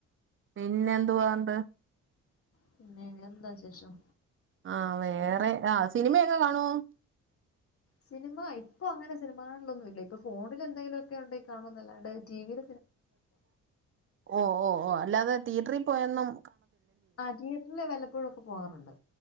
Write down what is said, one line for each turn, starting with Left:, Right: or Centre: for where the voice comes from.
Right: പിന്നെന്തോണ്ട്
Left: പിന്നെന്താശേഷം
Right: ആ വേറെ ആ സിനിമയൊക്കെ കാണുവോ?
Left: സിനിമ ഇപ്പൊ അങ്ങനെ സിനിമപ്പെങ്ങനെ സിനിമ കാണിലൊന്നുമല്ല ഇപ്പൊ ഫോണിൽ എന്തെങ്കിലുമൊക്കെ ഉണ്ടെ കാണോന്നല്ലാണ്ട് ടിവിൽ
Right: ഓ ഓ ഓ അല്ലാതെ തീയറ്ററിൽ പോയന്നും
Left: അ ടിയെറ്ററില് വല്ലപ്പോഴൊക്കെ പോകാറുണ്ട്